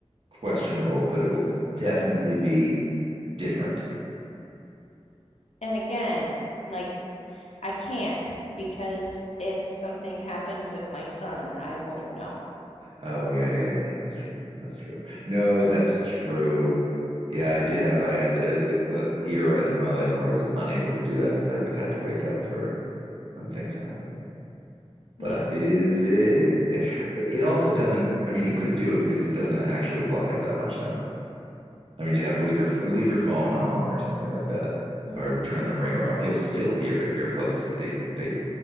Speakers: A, on the right; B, on the left.
A: questionable, but it will definitely be different.
B: And again, like I can't because if something happens with my son, I won't know.
A: Oh yeah, yeah, yeah, that's true. That's true. No, that's true. Yeah,
B: hmm
A: I did have I had a, a, a era in my life where I was unable to do that because I had to wake up for when things happened.
B: Yeah.
A: but it is it's it also doesn't I mean you could do it because it doesn't actually block out that much sound. I mean you'd have to leave your leave your phone on or something like that
B: hmm
A: or turn the ringer up. You'll still hear it. Earplugs uh, they they